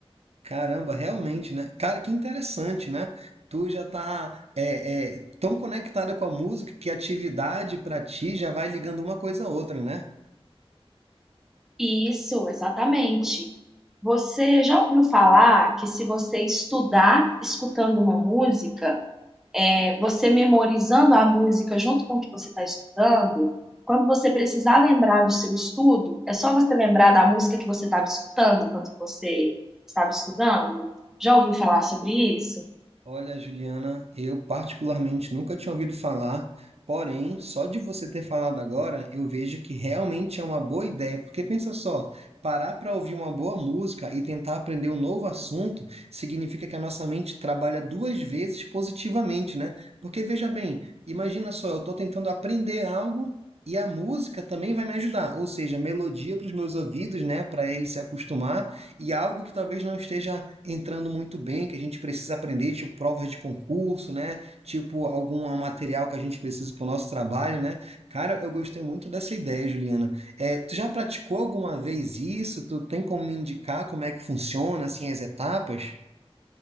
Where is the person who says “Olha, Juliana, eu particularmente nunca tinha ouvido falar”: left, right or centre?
Right